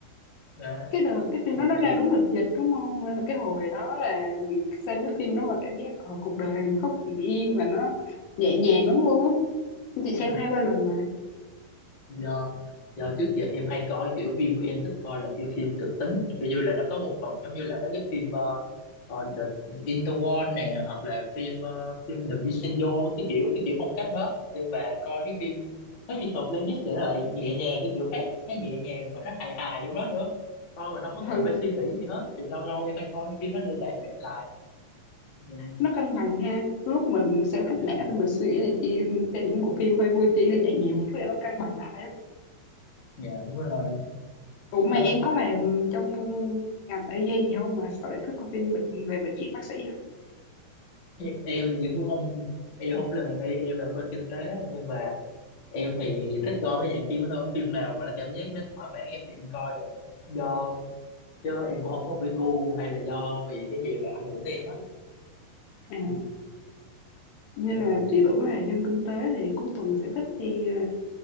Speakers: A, on the left (about 45°); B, on the left (about 75°).
A: đó
B: cái đợt, cái phim đó nó
A: thì
B: ra đúng đợt dịch đúng không nên là cái hồi đó là xem cái phim đó mà cảm giác ờ, cuộc đời hạnh phúc bình yên và nó nhẹ nhàng lắm luôn á chị
A: ừ,
B: xem hai ba lần rồi
A: do do trước giờ em hay coi kiểu phim của em thích coi là kiểu phim kịch tính kiểu như là nó có một phần giống như là mấy cái phim ờ, ờ, The Interwar nè hoặc là phim ờ, phim The Vincenzo cái kiểu cái kiểu phong cách đó nhưng mà coi cái phim mấy Mr. Playlist thì nó lại nhẹ nhàng cái kiểu khác nó nhẹ nhàng mà nó hài hài trong đó nữa coi mình không có
B: ừ,
A: cần phải suy nghĩ gì hết thì lâu lâu em hay coi cái phim đó để giải stress lại Nhưng-
B: nó cân bằng ha lúc mình xem hack
A: dạ
B: não thì mình suy nghĩ này kia mình xem những bộ phim hơi vui chi hơi nhẹ nhàng một chút để nó cân bằng lại á
A: dạ đúng rồi
B: ủa mà
A: Thôi,
B: em có làm trong ngành y gì không mà sao lại thích coi phim bệnh về bệnh viện bác sĩ
A: em thì em cũng không em không làm ngành y em là bên kinh tế nhưng mà em thì thích coi mấy dạng phim đó thôi phim nào mà nó cảm giác nó thỏa mãn em thì em coi rồi do chứ em cũng không có một cái gu hay là do vì cái gì mà ảnh hưởng tới em hết
B: À,
A: ừ.
B: nhưng
A: dạ.
B: mà chị tưởng là dân kinh tế thì cuối tuần sẽ thích đi ờ,